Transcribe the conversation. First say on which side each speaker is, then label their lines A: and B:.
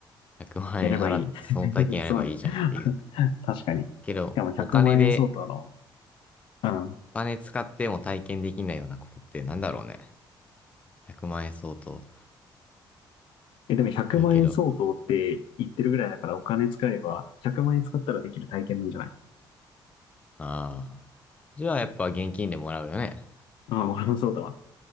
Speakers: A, on the left (about 15°); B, on the left (about 80°).
A: 100万円払ってその体験やればいいじゃんっていう。
B: やればいい。<laughs> そうね。確かに。
A: けど、
B: しかも100万円相当の、
A: お金で、
B: うん。
A: お金使っても体験できないようなことってなんだろうね。100万円相当。
B: え、でも100万円相当って言ってるぐらいだからお金使えば100万円使ったらできる体験なんじゃない
A: いやけど、ああ。じゃあやっぱ現金でもらうよね。
B: ああ、俺もそうだわ。